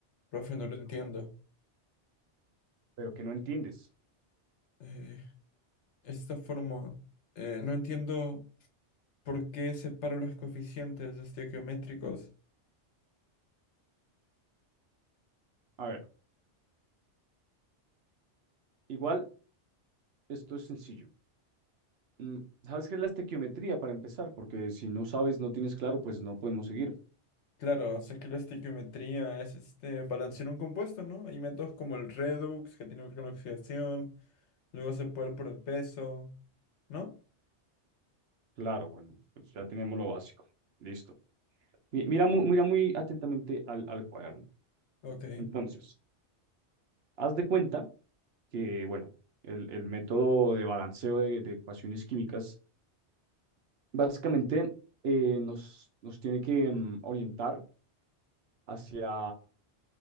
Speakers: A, on the left (about 85°); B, on the right (about 65°).
A: Profe,
B: Bueno,
A: no lo entiendo.
B: Pero que no entiendes.
A: Eh, esta forma, eh, no entiendo por qué separo los coeficientes estequiométricos.
B: A ver, igual esto es sencillo. Mm, ¿Sabes qué es la estequiometría para empezar? Porque si no sabes, no tienes claro, pues no podemos seguir.
A: Claro, sé que la estequiometría es este balancear un compuesto, ¿no? Hay métodos como el redox, que tiene una oxidación, luego se puede ir por el peso, ¿no?
B: Claro, bueno, pues ya tenemos lo básico. Listo. Mi- Mira, mu- mira muy atentamente al, al cuaderno.
A: Ok,
B: Entonces, haz de cuenta que, bueno, el, el método de balanceo de, de ecuaciones químicas básicamente eh, nos, nos tiene que mm, orientar hacia